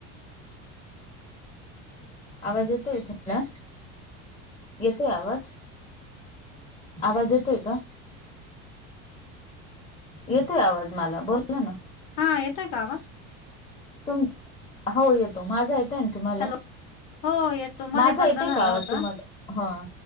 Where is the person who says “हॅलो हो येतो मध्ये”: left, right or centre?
Left